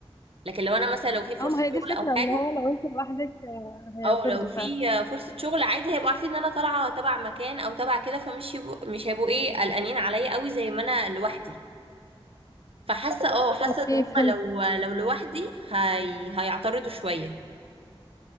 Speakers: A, on the right (about 65°); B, on the left (about 35°).
A: لكن لو انا مثلا لو في فرصه
B: اه ما هي دي
A: شغل
B: الفكره
A: او حاجه
B: ان هو لو انت لوحدك آه، هيعترضوا
A: او لو في
B: فعلا
A: فرصه شغل عادي هيبقوا عارفين ان انا طالعه تبع مكان او تبع كده فمش يبقوا مش هيبقوا ايه قلقانين عليا قوي زي ما انا لوحدي فحاسه اه حاسه
B: اوكي
A: ان هم
B: فهمت
A: لو لو لوحدي هي... هيعترضوا شويه